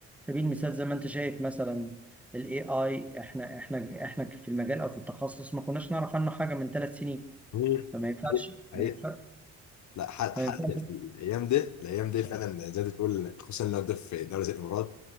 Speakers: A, in the centre; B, on the left.
A: سبيل المثال زي ما انت شايف مثلا الاي اي احنا احنا احنا في المجال او في التخصص ما كناش نعرف عنه حاجه من ثلاث سنين
B: مم.
A: فما ينفعش
B: حقيقي.
A: ما ينفعش
B: لا حد
A: ما
B: حد
A: ينفعش
B: في الايام دي الايام دي فعلا زي ما تقول خصوصا لو ده في دوري زي الامارات